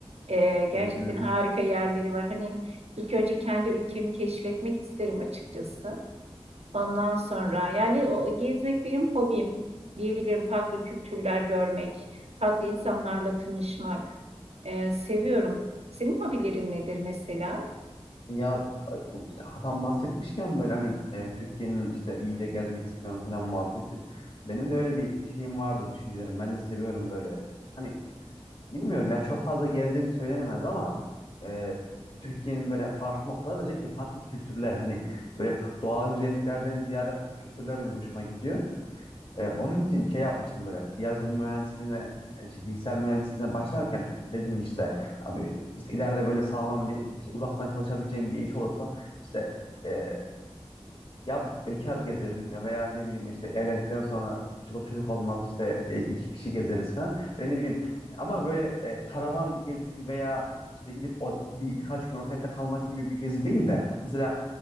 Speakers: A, on the right; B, on the left.
A: E, gerçekten
B: Evet evet.
A: harika yerleri var. Hani ilk önce kendi ülkemi keşfetmek isterim açıkçası. Ondan sonra yani o gezmek benim hobim diyebilirim. Farklı kültürler görmek, farklı insanlarla tanışmak e, seviyorum. Senin hobilerin nedir mesela?
B: Ya ay, tam bahsetmişken böyle hani e, Türkiye'nin işte iyice gezmek istiyorum falan muhabbeti. Benim de öyle bir şeyim vardı düşüncelerim. Ben de seviyorum böyle. Hani Bilmiyorum ya çok fazla gezdiğim söylenemez ama e, Türkiye'nin böyle farklı noktalar özellikle farklı kültürler hani böyle doğal güzelliklerden ziyade kültürler benim hoşuma gidiyor. E, onun için şey yapmıştım böyle yazılım mühendisliğine e, şey, bilgisayar mühendisliğine başlarken dedim işte abi işte ileride böyle sağlam bir işte uzaktan çalışabileceğim bir iş olursa işte e, ya bekar gezerim ya veya ne bileyim işte evlendikten sonra çocuk çocuk olmaz işte e, iki kişi gezeriz falan. Ben ne bileyim ama böyle e, karavan gezisi veya işte gidip o, bir, birkaç gün otelde kalmak gibi bir gezi değil de mesela